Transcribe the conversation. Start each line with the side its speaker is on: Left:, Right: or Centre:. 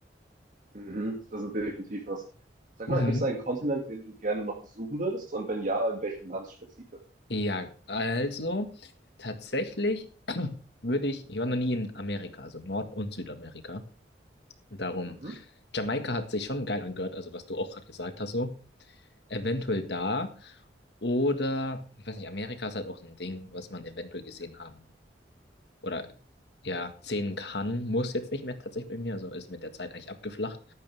Right: Mhm, das ist definitiv was. Sag
Left: Mhm.
Right: mal, gibt es einen Kontinent, den du gerne noch besuchen würdest? Und wenn ja, in welchem Land spezifisch?
Left: Ja, also tatsächlich <clears throat> würde ich, ich war noch nie in Amerika, also Nord- und Südamerika. Darum,
Right: Mhm.
Left: Jamaika hat sich schon geil angehört, also was du auch gerade gesagt hast, so. Eventuell da. Oder, ich weiß nicht, Amerika ist halt auch so ein Ding, was man eventuell gesehen haben oder ja, sehen kann, muss jetzt nicht mehr tatsächlich bei mir. Also ist mit der Zeit eigentlich abgeflacht,